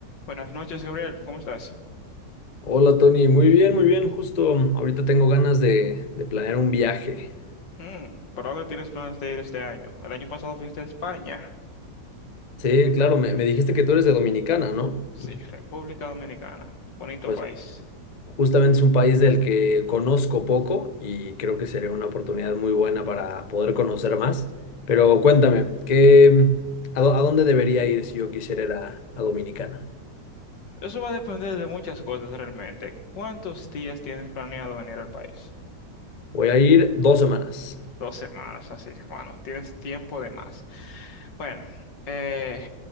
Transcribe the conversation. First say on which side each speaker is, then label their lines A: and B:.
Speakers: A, on the left; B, on the left.
A: Buenas noches, Gabriel. ¿Cómo estás?
B: Hola Tony, muy bien, muy bien. Justo mm, ahorita tengo ganas de, de planear un viaje.
A: Hmm, ¿para dónde tienes planes de ir este año? El año pasado fuiste a España.
B: Sí, claro, me, me dijiste que tú eres de Dominicana, ¿no?
A: Sí, República Dominicana. Bonito
B: Pues
A: país.
B: justamente es un país del que conozco poco y creo que sería una oportunidad muy buena para poder conocer más. Pero cuéntame, ¿qué, mm, a, dó- a dónde debería ir si yo quisiera ir a, a Dominicana?
A: Eso va a depender de muchas cosas realmente. ¿Cuántos días tienes planeado venir al país?
B: Voy a ir dos semanas.
A: Dos semanas, así. Bueno, tienes tiempo de más. Bueno, eh,